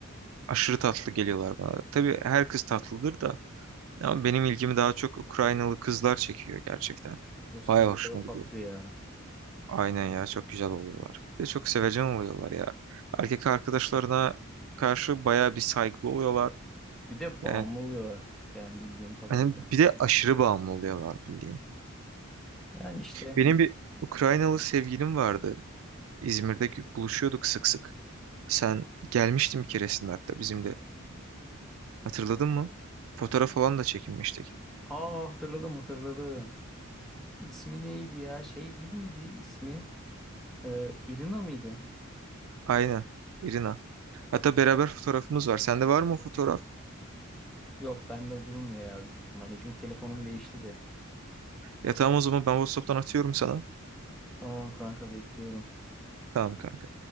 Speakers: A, on the right (about 70°); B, in the centre.
A: Aşırı tatlı geliyorlar bana. Tabii her kız tatlıdır da ama benim ilgimi daha çok Ukraynalı kızlar çekiyor gerçekten.
B: Rus
A: Bayağı
B: kızları
A: hoşuma
B: da tatlı
A: gidiyor.
B: ya.
A: Aynen ya çok güzel oluyorlar. Bir De çok sevecen oluyorlar ya. Erkek arkadaşlarına karşı bayağı bir saygılı oluyorlar.
B: Bir de bağımlı
A: Yani
B: oluyorlar. Yani bildiğim kadarıyla.
A: hani bir de aşırı bağımlı oluyorlar bildiğin.
B: Yani işte.
A: Benim bir Ukraynalı sevgilim vardı. İzmir'de gü- buluşuyorduk sık sık. Sen gelmiştin bir keresinde hatta bizim de. Hatırladın mı? Fotoğraf falan da çekinmiştik.
B: Aa hatırladım hatırladım. İsmi neydi ya? Şey değil miydi ismi? Ee, Irina mıydı?
A: Aynen. İrina. Hatta beraber fotoğrafımız var. Sende var mı o fotoğraf?
B: Yok bende durmuyor ya büyük ihtimalle. Çünkü telefonum değişti de.
A: Ya tamam o zaman ben WhatsApp'tan atıyorum sana.
B: Tamam kanka bekliyorum.
A: Tamam kanka.